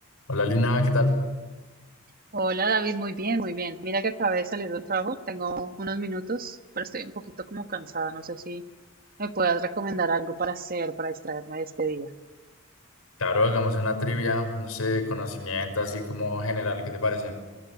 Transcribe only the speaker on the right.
Hola David, muy bien, muy bien. Mira que acabé de salir del trabajo, tengo unos minutos, pero estoy un poquito como cansada. No sé si me puedas recomendar algo para hacer, para distraerme de este día.